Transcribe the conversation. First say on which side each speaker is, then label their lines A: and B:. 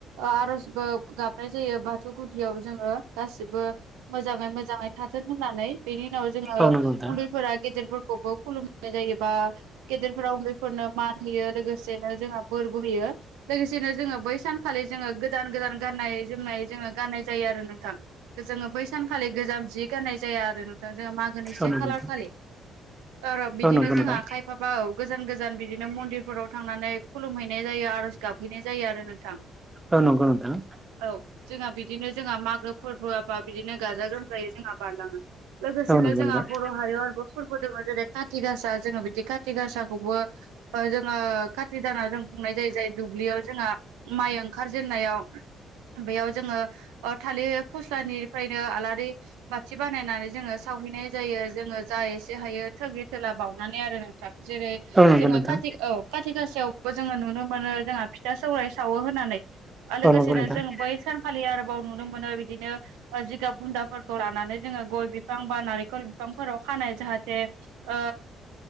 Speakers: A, on the right; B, on the right.
A: आर'जबो गाबनाय जायो बाथौ गुदियाव जोङो गासिबो मोजाङै मोजाङै थाथों होननानै बेनि उनाव जोङो
B: औ नंगौ नोंथां
A: उन्दैफोरा गेदेरफोरखौबो खुलुमनाय जायोबा गेदेरफोराव उन्दैफोरनो मान होयो लोगोसेनो जोंहा बोर ब होयो लोगोसेनो जोङो बै सानखालि जोङो गोदान गोदान गाननाय जोमनाय जोङो गाननाय जायो आरो नोंथां। जोङो बै सानखालि गोजाम जि गाननाय जाया आरो नोंथां जोङो मागोनि से
B: औ नंगौ
A: खालार
B: नोंथां
A: खालि र' बिदिनो
B: औ नंगौ नोंथां
A: जोंहा खायफा ब गोजान गोजान बिदिनो मन्दिरफोराव थांनानै खुलुमहैनाय जायो आर'ज गाबहैनाय जायो आरो नोंथां
B: औ नंग दा
A: औ जोंहा बिदिनो जोंहा मागो फोरबोआबा बिदिनो गाजा गोमजायै जोंहा बारलाङो। लोगोसेनो
B: औ नंगौ
A: जोंहा
B: नोंथां
A: बर' हारियाव आरोबो फोरबो दङ जेरै खााथिि गासा जोङो बिदि खाथिि गासाखौबो जोङो खाथि दानाव जों बुंनाय जायो जाय दुब्लियाव जोंहा माइ ओंखारजेननायाव बेयाव जोङो थालिर फस्लानिफ्रायनो आलारि बाथि बानायनानै जोङो सावहैनाय जायो जोङो जा एसे हायो थगि थोला बावनानै आरो जेरै
B: औ नंगौ
A: जोङो
B: नोंथां
A: खा औ खाथि गासेायावबो जोङो नुनो मोनो जोंहा फिथा सौराय सावो होननानै लोगोसेनो
B: औ नंगौ नोंथां औ नंगौ नोंथां
A: जों बै सानखालि आरोबाव नुनो मोनो बिदिनो जिगाब बुन्दाफोरखौ लानानै जोङो गय बिफां बा नारेंखल बिफांफोराव खानाय जाहाथे ओ